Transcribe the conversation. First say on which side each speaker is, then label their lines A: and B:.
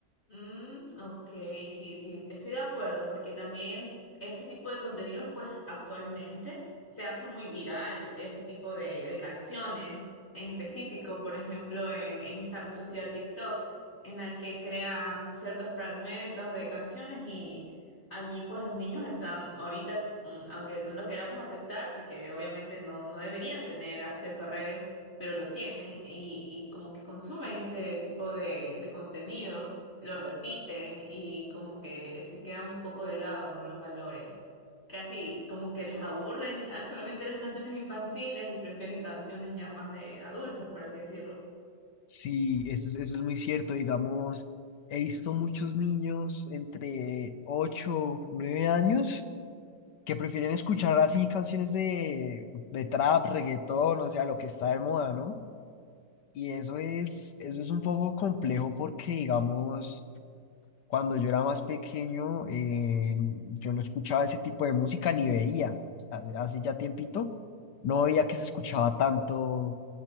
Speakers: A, on the left; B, on the left.
A: Mm, ok, sí, sí, estoy de acuerdo, porque también este tipo de contenidos, pues actualmente se hace muy viral, este tipo de, de canciones en específico, por ejemplo, en, en esta red social TikTok, en la que crean ciertos fragmentos de canciones y allí pues los niños están ahorita, mm, aunque no lo queramos aceptar, porque obviamente no, no deberían tener acceso a redes, pero lo tienen y, y como que consumen este tipo de, de contenido lo repiten y como que se quedan un poco de lado, ¿no? Los valores. Casi como que les aburren actualmente las canciones infantiles y prefieren canciones ya más de adultos, por así decirlo.
B: Sí, eso es, eso es muy cierto. Digamos, he visto muchos niños entre 8 9 años que prefieren escuchar así canciones de, de trap, reggaetón, o sea, lo que está de moda, ¿no? Y eso es, eso es un poco complejo porque, digamos, Cuando yo era más pequeño, eh, yo no escuchaba ese tipo de música ni veía. Hace, hace ya tiempito, no veía que se escuchaba tanto